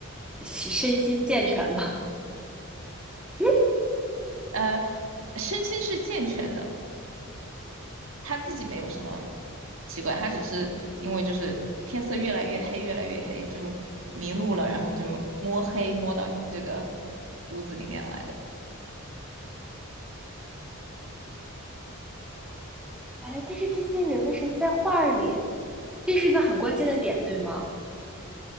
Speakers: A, in the centre; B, on the right.
A: 身身心健全吗？<laughs>
B: 呃，身心是健全的，他自己没有什么奇怪，他只是因为就是天色越来越黑，越来越黑就迷路了，然后就摸黑摸到这个屋子里面来的。
A: 哎，但是这些人为什么在画儿里？这是一个很关键的点，对吗？